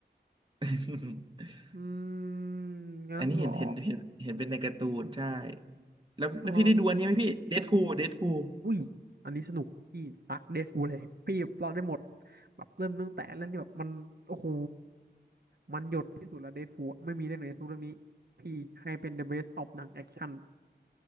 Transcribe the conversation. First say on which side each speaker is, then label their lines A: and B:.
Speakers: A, on the right; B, on the right.
A: <laughs>
B: อืมงั้นเหรอ
A: อันนี้เห็นเห็นเห็นเห็นเป็นในการ์ตูนใช่แล้วแล้วพี่ได้ดูอันนี้ไหมพี่เดดพูลเดดพูล
B: อ๋ออุ้ยอันนี้สนุกพี่รักเดดพูลเลยพี่เราได้หมด แบบเริ่มตั้งแต่เรื่องที่แบบมัน โอ้โห มันหยดที่สุดแล้วเดดพูลไม่มีเรื่องไหนสู้เรื่องนี้พี่ให้เป็น the best of หนังแอคชั่น